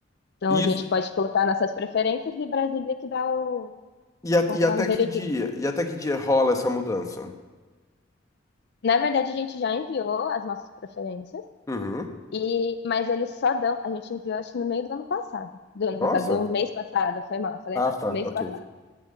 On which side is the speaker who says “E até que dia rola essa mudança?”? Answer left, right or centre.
Left